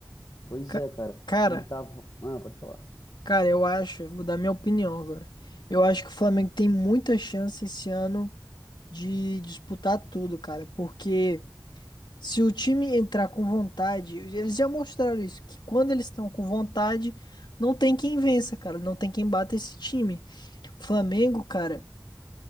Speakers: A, on the left; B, on the left.
A: pois
B: Ca-
A: é, cara.
B: cara,
A: Ele tava. Ah, pode falar.
B: cara, eu acho, vou dar minha opinião agora. Eu acho que o Flamengo tem muita chance esse ano de disputar tudo, cara, porque. Se o time entrar com vontade, eles já mostraram isso, que quando eles estão com vontade, não tem quem vença, cara, não tem quem bata esse time. O Flamengo, cara,